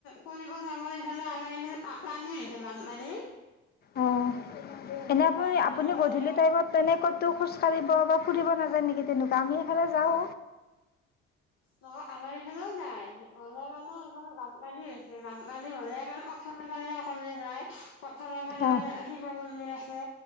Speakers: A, on the left; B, on the left.
A: কৰিব যাব, এইফালে আমাৰ পানী হৈছে, বানপানী
B: অ', এনে আপুনি-আপুনি
A: বানপানী হলে
B: গধূলি
A: মই
B: টাইমত তেনে ক'ত টো খোজ কাঢ়িব বা ফুৰিব নাযায় নেকি তেনেকুৱা? আমি এইফালে যাও।
A: নহয়, আমাৰ এইফালেও যায়। নহলে মানে এইখন বানপানী হৈছে। বানপানী হ'লে মানে পথাৰ ফালে সকলোৱে যায়। পথাৰৰ ফালে
B: অঁ
A: মানে শিৱ মন্দিৰ আছে।